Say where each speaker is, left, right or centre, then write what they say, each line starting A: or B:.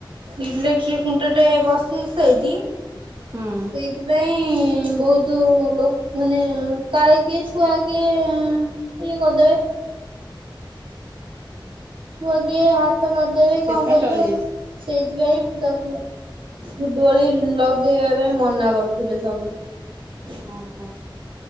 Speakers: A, on the right; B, on the right.
A: ଇଲେକ୍ଟ୍ରି ଖୁଣ୍ଟ ଟେ ବସିଛି ସେଇଠି ସେଇଥିପାଇଁ
B: ହୁଁ
A: ବହୁତ୍ ଯୋଉ ଲୋକମାନେ କାଳେ କିଏ ଛୁଆ କିଏ ଇଏ କରିଦେବେ। ଛୁଆ କିଏ ହାତ ମାରିଦେବେ
B: ସେଥିପାଇଁ
A: କଣ କରିବେ
B: ଡରି
A: ସେଇଥିପାଇଁ ତାକୁ ଦୋଳି ଲଗେଇବା ପାଇଁ ମନା କରୁଥିଲେ ସବୁ।
B: ଓ ହୋ।